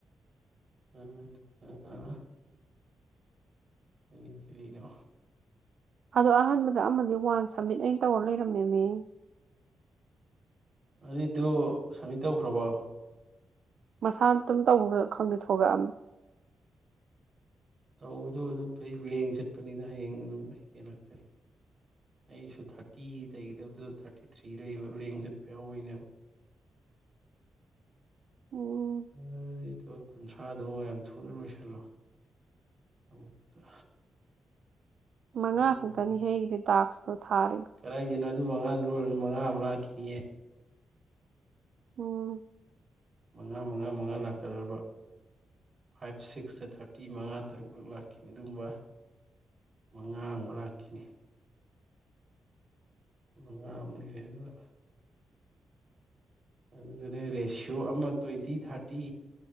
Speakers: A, on the right; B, on the right.
A: ꯑ ꯑ ꯑ ꯀꯔꯤꯅꯣ
B: ꯑꯗꯣ ꯑꯍꯥꯟꯕꯗ ꯑꯃꯗꯤ ꯋꯥꯟ ꯁꯕꯃꯤꯠ ꯑꯩꯅ ꯇꯧꯔ ꯂꯩꯔꯝꯅꯦꯃꯤ
A: ꯑꯗꯨꯗꯗꯨ ꯁꯝꯃꯤꯠ ꯇꯧꯈ꯭ꯔꯕꯣ
B: ꯃꯁꯥꯅ ꯑꯗꯨꯝ ꯇꯧ ꯈꯪꯗ ꯊꯣꯛꯒ
A: ꯇꯧꯕꯗꯣ ꯑꯗꯨꯝ ꯐꯩ ꯂꯦꯡ ꯆꯠꯄꯅꯤꯅ ꯍꯌꯦꯡ ꯑꯗꯨꯝ ꯍꯦꯜꯂꯛꯀꯅꯤ ꯑꯩꯁꯨ ꯊꯥꯔꯇꯤ ꯇꯩꯒꯗꯕꯗ ꯊꯥꯔꯇꯤ ꯊ꯭ꯔꯤ ꯂꯩꯕ ꯂꯦꯡ ꯆꯠꯄ ꯌꯥꯎꯋꯣꯏꯅꯦꯕ
B: ꯎꯝ
A: ꯑꯩꯗꯣ ꯀꯨꯟꯊ꯭ꯔꯥꯗꯣ ꯌꯥꯝ ꯊꯨꯅ ꯂꯣꯏꯁꯤꯜꯂꯣ ꯑꯃꯨꯛꯇ ꯁꯦꯝꯃꯅꯤ
B: ꯃꯉꯥ ꯈꯛꯇꯅꯤ ꯍꯒꯤꯗꯤ ꯗꯥꯛꯁ ꯊꯥꯔꯦ
A: ꯀꯗꯥꯏꯗꯩꯅꯣ ꯑꯗꯨ ꯃꯉꯥꯗꯨ ꯂꯣꯏꯔꯒ ꯃꯉꯥ ꯑꯃ ꯂꯥꯛꯈꯤꯅꯤꯌꯦ
B: ꯎꯝ
A: ꯃꯉꯥ ꯃꯉꯥ ꯃꯉꯥ ꯂꯥꯛꯀꯗꯧꯔꯤꯕ ꯐꯥꯏꯚ ꯁꯤꯛꯁꯇ ꯊꯥꯔꯇꯤ ꯃꯉꯥ ꯇꯔꯨꯛꯂꯛ ꯂꯥꯛꯈꯤꯅꯤ ꯑꯗꯨꯝꯕ ꯃꯉꯥ ꯑꯃꯒ ꯂꯥꯛꯈꯤꯅꯤ ꯃꯉꯥ ꯑꯃ ꯂꯩ ꯍꯥꯏꯗꯨꯅ ꯑꯗꯨꯅꯦ ꯔꯦꯁꯤꯌꯣ ꯑꯃ ꯇ꯭ꯋꯦꯟꯇꯤ ꯊꯥꯔꯇꯤ